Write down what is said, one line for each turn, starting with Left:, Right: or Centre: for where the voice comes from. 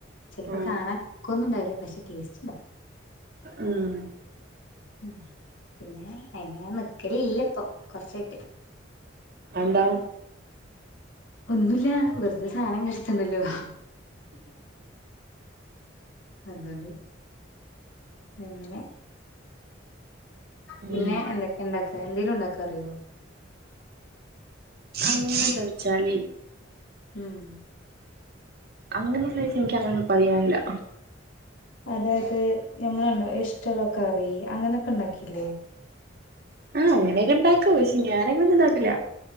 Left: ചെലപ്പോ
Right: ഉം
Left: കാണാൻ ലുക്കൊന്നും ഉണ്ടാവില്ലാ പക്ഷേ ടേസ്റ്റ് ഉണ്ടാവും
Right: ഉം
Left: ഉം പിന്നെ അയിനങ്ങനെ നിക്കലില്ലാ ഇപ്പം കൊറച്ചായിട്ട്
Right: എന്താ
Left: ഒന്നൂല്ലാ വെറുതെ സാധനം കേട് വെര്ത്തണ്ടല്ലോ അതോണ്ട് അങ്ങനെ
Right: ഉം
Left: പിന്നെ എന്തൊക് ക്കെയാണ്ടാക്കാ എന്തേലും ഇണ്ടാക്കാനറിയോ
Right: അങ്ങനെ ചോയിച്ചാല്
Left: ഉം
Right: അങ്ങനെ ചോയിച്ചാ ഇൻക്ക് അങ്ങനെ ഒന്നും പറയാനില്ലാ
Left: അതായത് ഞമ്മള് കണ്ടോ ഇഷ്ട്ടള്ള കറി അങ്ങനൊക്കെ ഇണ്ടാക്കില്ലേ
Right: ആഹ് അങ്ങനെയൊക്കെ ഇണ്ടാക്കി ക്കും പക്ഷെ ഞാനങ്ങനൊന്നും ഇണ്ടാക്കൂല്ലാ